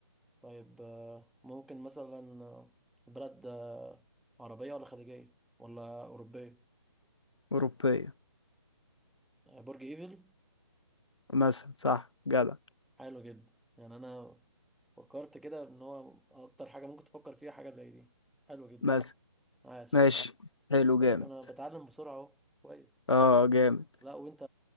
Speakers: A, in the centre; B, on the left (about 65°).
A: طيب آه، ممكن مثلا آه، بلد آه، عربية ولا خليجية ولا أوروبية
B: أوروبية
A: آه، برج إيفل
B: مثلا صح جدع
A: حلو جدا يعني أنا فكرت كده إن هو أكتر حاجة ممكن تفكر فيها حاجة زي دي حلو جدا
B: مثلا
A: عاش
B: ماشي حلو
A: طيب
B: جامد
A: أنا بتعلم بسرعة أهو كويس
B: اه جامد
A: لا وأنت